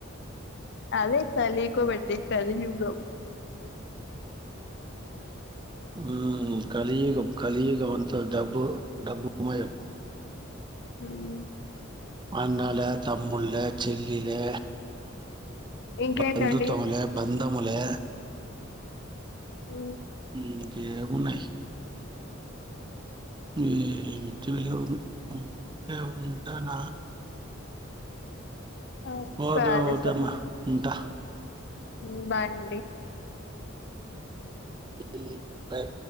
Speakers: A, on the left; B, on the right.
A: అదే కలీక <unintelligible> కలియుగం
B: ఉ కలియుగం కలియుగం అంత డబ్బు డబ్బు సమయం
A: ఉమ్
B: అన్న లే తమ్ముడు లే చెల్లిలే
A: ఇంకేంటండి?
B: బంధుత్వం లే బందములే
A: ఉ
B: ఇంకేం ఉనాయి ఏమిటివి లేవు లేవు ఉంటనా
A: ఆ,
B: ఓకే
A: సరే
B: ఓకే మ్మ ఉంటా.
A: ఉంటాండి
B: ఉమ్ బాయ్